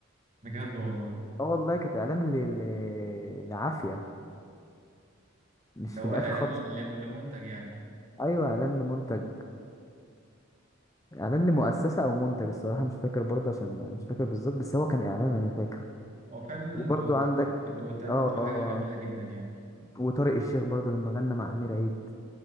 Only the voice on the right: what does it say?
بجد والله
اللي
هو
إعلان
لم- لمنتج يعني
مم.
هو فعلا
الدوت
الدوتات
دي بتبقى
حاجة جميلة جدا يعني